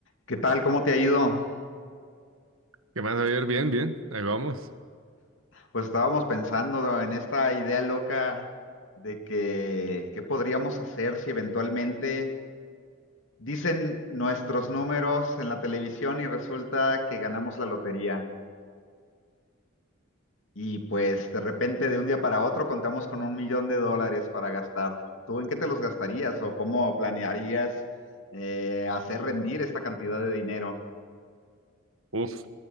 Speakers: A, on the left; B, on the right.
A: ¿Qué tal? ¿Cómo te ha ido?
B: ¿Qué más, Javier? Bien, bien, ahí vamos.
A: Pues estábamos pensando en esta idea loca de que qué podríamos hacer si eventualmente dicen nuestros números en la televisión y resulta que ganamos la lotería. Y pues de repente de un día para otro contamos con un millón de dólares para gastar. ¿Tú en qué te los gastarías o cómo planearías eh, hacer rendir esta cantidad de dinero?
B: Uf,